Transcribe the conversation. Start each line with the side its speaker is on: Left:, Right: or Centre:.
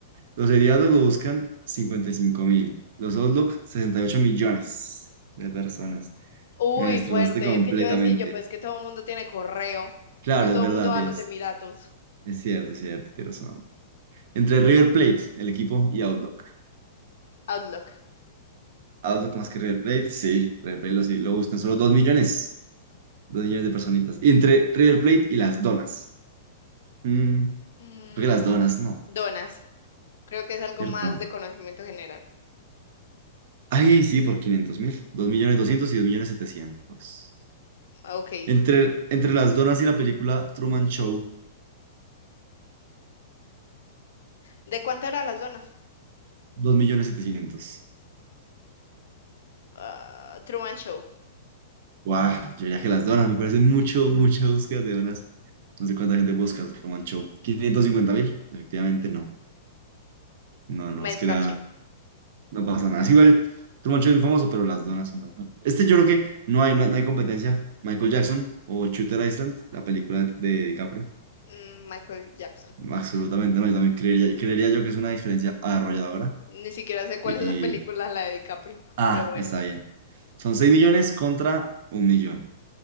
Right: Los seriados lo buscan 55 mil. Los Outlook, 68 millones de personas.
Left: Uy,
Right: Me destrozaste
Left: fuerte.
Right: completamente.
Left: Es que yo decía, yo pues que todo el mundo tiene correo.
Right: Claro,
Left: No todo
Right: es verdad,
Left: el mundo va
Right: tienes.
Left: a los Emiratos.
Right: Es cierto, es cierto, tienes razón. Entre River Plate, el equipo, y Outlook.
Left: Outlook.
Right: Outlook más que River Plate, sí. River Plate lo, sí, lo buscan solo 2 millones. dos millones de personitas. Y entre River Plate y las donas. Mm,
Left: Mm,
Right: creo que las donas, no.
Left: donas. Creo que es algo
Right: ¿Cierto?
Left: más de conocimiento general.
Right: Ahí sí, por 500 mil. dos millones 200 y 2 millones 700.
Left: Ok.
Right: Entre, entre las donas y la película Truman Show,
Left: ¿De cuánto eran las donas?
Right: 2 millones setecientos
Left: Ah, Truman Show.
Right: Guau, yo ya que las donas, me parece mucho, mucha búsqueda de donas. No sé cuánta gente busca Truman Show. quinientos cincuenta mil, efectivamente no. No, no,
Left: Me
Right: es
Left: escaché.
Right: que era, no pasa nada. Es igual, Truman Show es muy famoso, pero las donas son las donas. Este yo creo que no hay, no hay, no hay competencia. Michael Jackson o Shooter Island, la película de de DiCaprio.
Left: Mm, Michael Jackson.
Right: Absolutamente no, yo también creería, creería yo que es una diferencia arrolladora.
Left: Ni siquiera sé cuál
Right: Y,
Left: es la película, la de DiCaprio.
Right: ah,
Left: Pero bueno,
Right: está bien. Son 6 millones contra un millón.